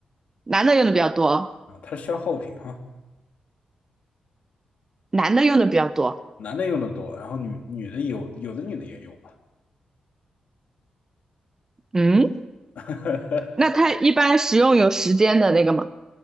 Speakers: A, on the right; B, on the left.
A: 男的用的比较多，
B: 啊，它是消耗品啊，
A: 男的用的比较多。
B: 男的用的多，然后女女的有，有的女的也用吧，
A: 嗯，
B: <laughs>
A: 那它一般使用有时间的那个吗？